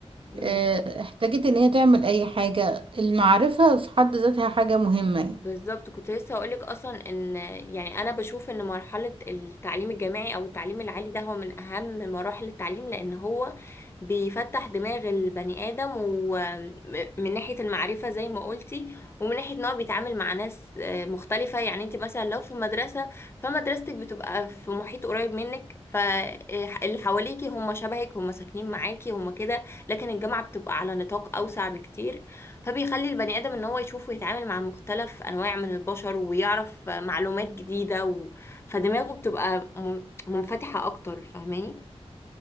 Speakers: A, on the left; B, on the right.
A: امم.
B: آه، احتاجت ان هي تعمل اي حاجة المعرفة في حد ذاتها حاجة مهمة يعني.
A: بالظبط كنت لسه هقولك اصلا ان يعني انا بشوف ان مرحله التعليم الجامعي او التعليم العالي ده هو من اهم مراحل التعليم لان هو بيفتح دماغ البني ادم ومن ناحيه المعرفه زي ما قلتي ومن ناحيه ان هو بيتعامل مع ناس آه، مختلفه يعني انت مثلا لو في مدرسه فمدرستك بتبقى في محيط قريب منك فاللي حواليكي هم شبهك هم ساكنين معاكي هم كده لكن الجامعه بتبقى على نطاق اوسع بكتير فبيخلي البني آدم ان هو يشوف ويتعامل مع مختلف انواع من البشر ويعرف معلومات جديدة و... فدماغه بتبقى م- منفتحة اكتر فاهماني